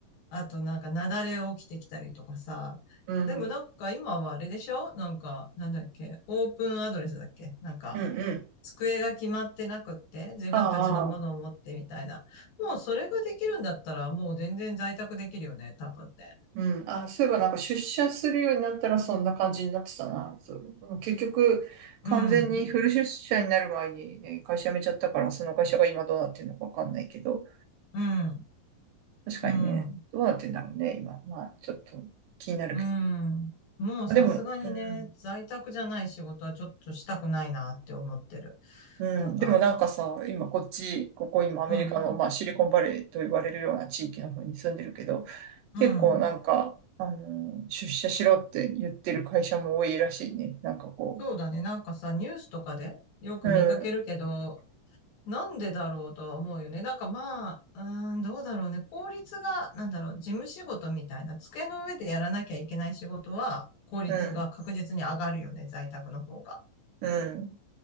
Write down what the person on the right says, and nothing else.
うん、
うん
うん、
ああ、
うん、あ、そういえばなんか出社するようになったらそんな感じになってたな、そう、結局完全にフル出社になる前にね、
会社辞めちゃったから、その会社が今どうなってるのかわかんないけど、
確かにね、
どうなってんだろうね、今。まあ、ちょっと気になるけど。
あ、でも、うん。
うん、
でもなんかさ、今こっち、ここ今アメリカの、
まあ、シリコンバレーと言われるような地域の方に住んでるけど、
結構なんか、あの、出社しろって言ってる会社も多いらしいね。なんかこ
う。うん、
うん、
うん、